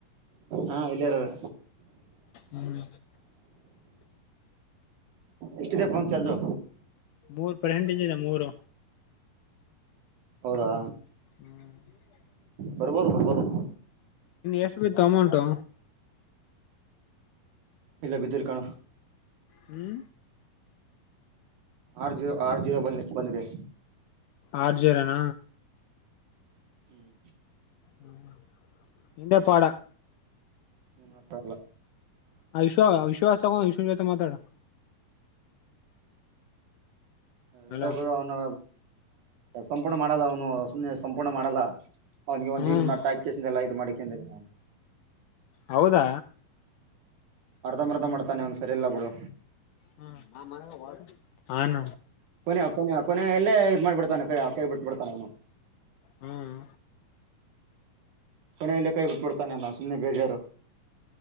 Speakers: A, on the right (about 60°); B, on the left (about 80°).
A: ಹಾ ಇಲ್ಲಿಾರದ
B: ಹ್ಮ್
A: ಎಷ್ಟಿದೆ ಫೋನ್ ಚಾರ್ಜು
B: ಮೂರ್ ಫ್ರೆಂಡ್ ಇದಿದ್ದಿದೆ ಮೂರು
A: ಹೌದಾ
B: <inaudible>
A: ಬರ್ಬೋದು ಬರ್ಬೋದು
B: ಎಷ್ಟ್ ಬಿತ್ತು ಅಮೌಂಟು
A: ಇಲ್ಲ ಬಿದ್ದಿರ್ ಕಣೋ
B: ಹ್ಮ್
A: ಆರ್ ಜಿರೊ ಆರ್ ಜಿರೊ ಬಂದ ಬಂದಿದೆ
B: ಆರ್ ಜೀರೋನ
A: ಹ್ಮ್
B: ಹ್ಮ್ ನಿಂದೆ ಪಾಡ
A: ನೀನ್ ಮತ ಅಲ್ಲ
B: ಆಯಶು ವಿಶ್ವ ವಿಶ್ವನ್ ಜೊತೆ ಮಾತಾಡು
A: ಎಲ್ಲ
B: ಹಲೋ
A: ಕೂಡ ಅವನು ಸಂಪೂರ್ಣ ಮಾಡಲ್ಲ ಅವನು ಸುಮ್ನೆ ಸಂಪೂರ್ಣ ಮಾಡಲ್ಲ ಅವನ್ಗೆ ಒಂದ್
B: ಹ್ಮ್
A: ಜೀಮ್ ನಟ್ಟ ಹಾಕ್ಕಸ ಎಲ್ಲಾ ಇದ್ ಮಾಡಿಕೊಂಡೀನಿ ನಾನು
B: ಹೌದಾ
A: ಅರ್ಧ ಮರ್ಧ ಮಾಡ್ತಾನೆ ಅವ್ನು ಸರಿಯಲ್ಲ ಬಿಡು
B: ಹ ಹಾಂ ಅನ್ನು
A: <unintelligible> ಎಲ್ಲೇ ಮಾಡಿಬಡ್ತಾನೆ ಕೈ ಬಿಟ್ಬಡ್ತಾನೆ ಅವನು
B: ಹ್ಮ್
A: ಕೊನೆಲ್ಲೆ ಕೈ ಬಿಟ್ಬಡ್ತಾನೆ ಅವ್ನು ಸುಮ್ನೆ ಬೇಜಾರು